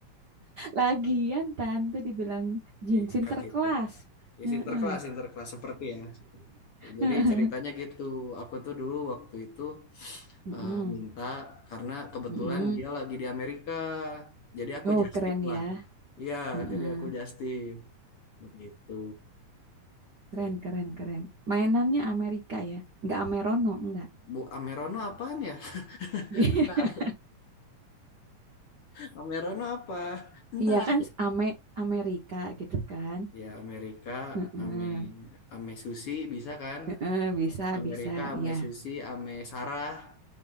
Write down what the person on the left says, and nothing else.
Iya
kan gitu. Ya,
sinterklas, sinterklas seperti ya. Seperti itu. Jadi
ceritanya gitu. Aku tuh dulu waktu itu <sniffs>
eh, minta karena kebetulan
dia lagi di Amerika. Jadi aku
justip
lah.
Iya,
jadi aku justip. Begitu ceritanya.
Bu Amerono apaan ya? <laughs>
Bentar. Amerono apa? Entar.
Ya Amerika,
Ame, Ame Susi bisa kan?
Amerika,
Ame
Susi, Ame Sarah.